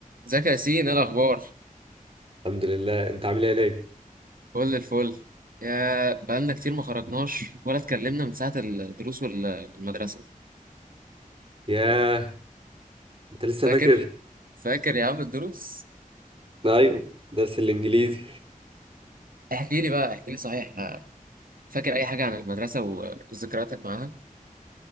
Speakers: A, on the right (about 75°); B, on the right (about 40°).
A: ازيك يا ياسين ايه الاخبار
B: الحمد لله انت عامل ايه يا ناجي
A: كل الفل يا بقالنا كتير ما خرجناش ولا اتكلمنا من ساعه الدروس والمدرسه
B: ياه انت لسه
A: فاكر
B: فاكر
A: فاكر يا عم الدروس
B: ايوه درس الانجليزي
A: احكي لي بقى احكي لي صحيح آه، فاكر اي حاجه عن المدرسه وذكرياتك معاها